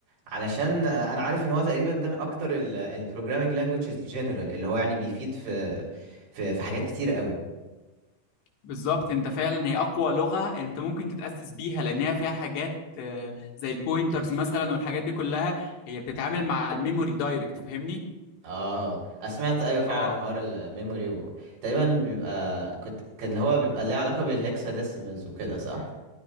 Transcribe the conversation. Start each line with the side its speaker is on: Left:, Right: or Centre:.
Right: علشان آه، انا عارف ان هو تقريبا ده من اكتر البروجرامينج لانجويجز الجنرال اللي هو يعني بيفيد في في في حاجات كتيره قوي
Left: بالظبط انت فعلا هي اقوى لغة انت ممكن تتأسس بيها لانها فيها حاجات آه، زي البوينترز مثلا والحاجات دي كلها هي بتتعامل مع الميموري دايركت فاهمني
Right: اه أنا سمعت ايوه فعلا
Left: اه
Right: عن حوار الميموري و... تقريبا بيبقى كنت كان هو بيبقى ليه علاقه بالهكسا ديسيمالز وكده صح